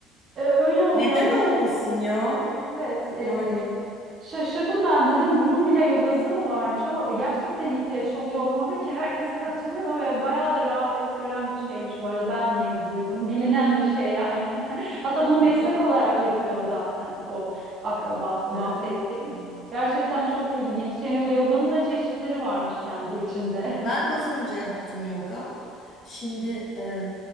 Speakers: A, on the right; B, on the left.
A: E, öyle oluyor
B: Neden
A: ama
B: olmasın ya?
A: evet. E,
B: Yani.
A: Şaşırdım ben dedim bunun bile yogası mı varmış ama gerçekten ihtiyaç oluyor olmalı ki herkes katılıyor ya bayağı da rağbet gören bir şeymiş bu arada ben yeni duydum <laughs> bilinen bir şey yani <laughs> hatta bunu meslek
B: <laughs>
A: olarak yapıyor zaten o akrabası
B: He.
A: bahsettiğim gerçekten çok ilginç yani yoganın da çeşitleri varmış kendi içinde.
B: Ben az önce yaptım yoga. Şimdi, e,